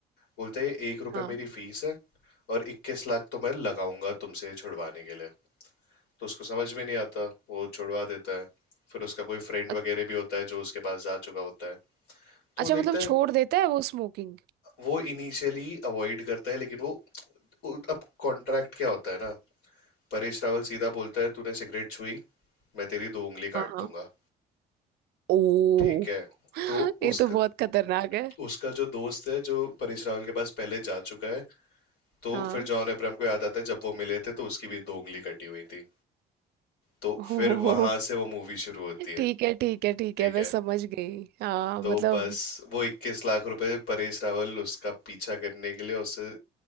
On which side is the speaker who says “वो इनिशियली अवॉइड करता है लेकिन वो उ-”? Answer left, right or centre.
Left